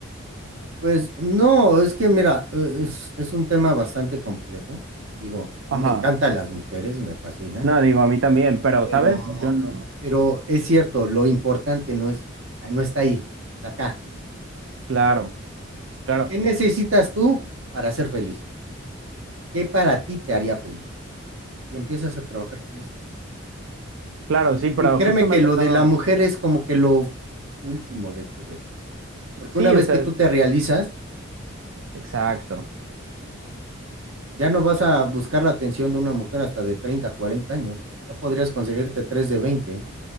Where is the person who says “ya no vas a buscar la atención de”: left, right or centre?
Right